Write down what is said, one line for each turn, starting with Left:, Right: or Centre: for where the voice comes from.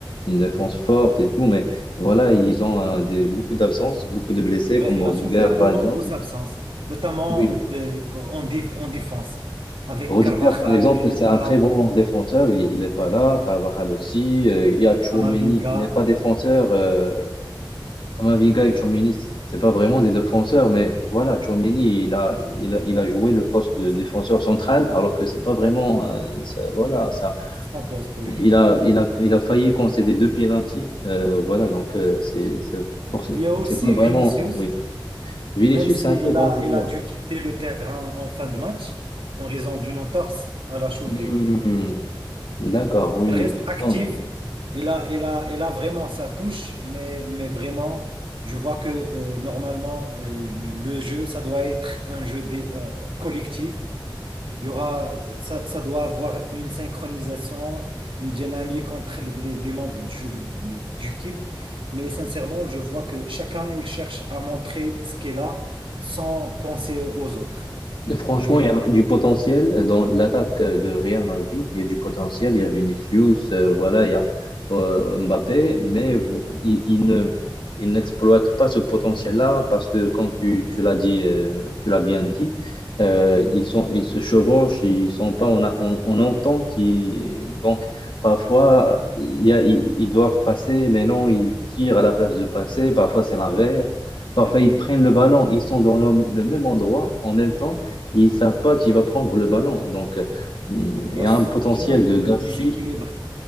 Left: une défense forte et tout, mais voilà, ils ont euh, des, beaucoup d'absences, beaucoup de blessés,
Right: vrai.
Left: comme
Right: Il
Left: Rodiger
Right: a souffert de
Left: par
Right: nombreuses
Left: exemple.
Right: absences, notamment
Left: Oui,
Right: le- en, dif- en défense, avec
Left: Rodiger
Right: Carvajal,
Left: par exemple,
Right: Militao,
Left: c'est un très bon défenseur, il n'est pas là, Carvajal aussi, euh, il y a Tchouaméni
Right: Camavinga.
Left: qui n'est pas défenseur, euh, Kamavinga et Tchouaméni, c'est pas vraiment des défenseurs, mais voilà, Tchouaméni, il a, il a, il a joué le poste de
Right: C'est
Left: défenseur
Right: vrai.
Left: central, alors que c'est pas vraiment, euh, ça- voilà, ça,
Right: Son poste, oui.
Left: il a, il a, il a failli concéder deux pénaltys, euh, voilà, donc euh, c'est, c'est
Right: C'est vrai.
Left: pour-
Right: Il y a aussi
Left: c'est pas vraiment,
Right: Vinicius.
Left: oui. Vinicius,
Right: Même si
Left: c'est un
Right: il
Left: très grand
Right: a,
Left: joueur.
Right: il a dû quitter le terrain en fin de match en raison d'une entorse à la cheville.
Left: Hmm, d'accord, oui,
Right: Il
Left: oui.
Right: reste actif.
Left: Non,
Right: Il a, il a, il a vraiment sa touche, mais, mais vraiment, je vois que euh, normalement, euh, le jeu, ça doit être un jeu dé- euh, collectif. Il y aura, ça, ça doit avoir une synchronisation, une dynamique entre les, les- les membres du, de- du équipe. Mais sincèrement, je vois que chacun, il cherche à montrer ce qu'il a sans penser aux autres.
Left: Franchement,
Right: Et
Left: il y a
Right: et
Left: du potentiel dans l'attaque de Real Madrid. Il y a du potentiel. Il y a Vinicius, euh, voilà, il y a euh, Mbappé, mais vo- il, il ne, il n'exploite pas ce potentiel-là parce que, comme
Right: c'est vrai,
Left: tu, tu l'as dit, euh, tu l'as bien dit, euh,
Right: oui,
Left: ils sont, ils se chevauchent, ils sont pas en, a- en, en entente. ils- donc, parfois, il y a, ils, ils doivent passer, mais non, ils tirent à la place de passer. Parfois, c'est l'inverse. Parfois,
Right: c'est vrai.
Left: ils prennent le ballon, ils sont dans le le même endroit en même temps ils savent pas qui va prendre le ballon. Donc, euh, il
Right: On
Left: y
Right: voit
Left: a
Right: s-
Left: un potentiel
Right: bien le,
Left: de
Right: le
Left: gâchis,
Right: déséquilibre.